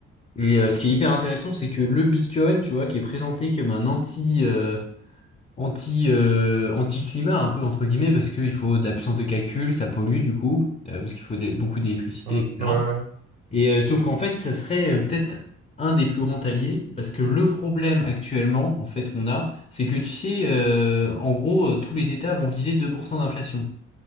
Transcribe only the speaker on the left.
Et euh, ce qui est hyper intéressant, c'est que le Bitcoin, tu vois, qui est présenté comme un anti, euh, anti, euh, anti-climat un peu entre guillemets parce qu'il faut de la puissance de calcul, ça pollue du coup, euh, parce qu'il faut des- beaucoup d'électricité,
etc.
Et euh, sauf qu'en fait, ça serait euh, peut-être un des plus grands alliés parce que le problème actuellement en fait qu'on a, c'est que tu sais, euh, en gros, euh, tous les États vont viser 2% d'inflation.